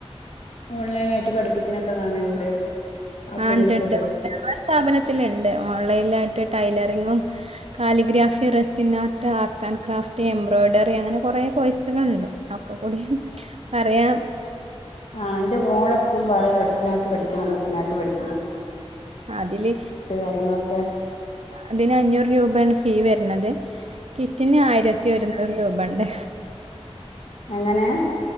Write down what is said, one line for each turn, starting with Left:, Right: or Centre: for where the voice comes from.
Left: ഓൺലൈനായിട്ട് പഠിപ്പിക്കണൊക്കെ കാണലുണ്ട് അതൊക്കെ
Right: ആ
Left: ഇതില്
Right: ണ്ട്ണ്ട്
Left: പെടുവോ
Right: വേറെ സ്ഥാപനത്തില്ണ്ട് ഓൺലൈനിലായിട്ട് ടൈല് എങ്ങും calligraph, resin art art and craft embroidery അങ്ങനെ കുറെ കോഴ്സുകളുണ്ട് ഒക്കെ കൂടി പറയാ
Left: ആഹ് എന്റെ മോളെപ്പഴും പറയും റെസിനാട്ട് പഠി ക്കണം റെസിനാട്ട് പഠി
Right: അതില്
Left: കാര്യങ്ങളൊക്കെ
Right: അതിന് അഞ്ഞൂറ് രൂപയാണ് ഫീ വരണത് കിറ്റിന് ആയിരത്തി ഒരുന്നൂറ് രൂപുണ്ട്
Left: എങ്ങനെയാ